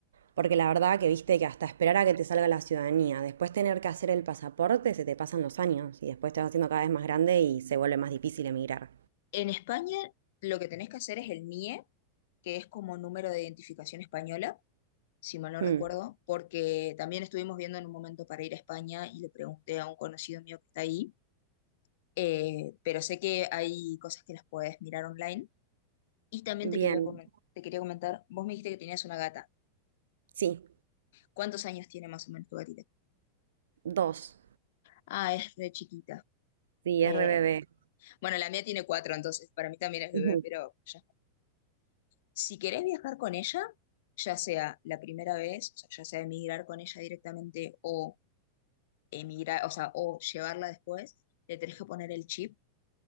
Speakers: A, on the right; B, on the left.
A: porque la verdad que viste que hasta esperar a que te salga la ciudadanía, después tener que hacer el pasaporte, se te pasan los años y después te vas haciendo cada vez más grande y se vuelve más difícil emigrar.
B: En España lo que tenés que hacer es el NIE, que es como número de identificación española, si mal no
A: Hmm,
B: recuerdo, porque también estuvimos viendo en un momento para ir a España y le pregunté a un conocido mío que está ahí, eh, pero sé que hay cosas que las puedes mirar online. Y también
A: Bien,
B: te quería comentar. Te quería comentar, vos me dijiste que tenías una gata.
A: sí,
B: ¿Cuántos años tiene más o menos tu gatita?
A: dos.
B: Ah, es re chiquita.
A: Sí,
B: Eh,
A: RBB.
B: bueno, la mía tiene cuatro, entonces para mí también es bebé,
A: Ujú,
B: pero ya. Si querés viajar con ella, ya sea la primera vez, o sea, ya sea emigrar con ella directamente o emigrar, o sea, o llevarla después, le tenés que poner el chip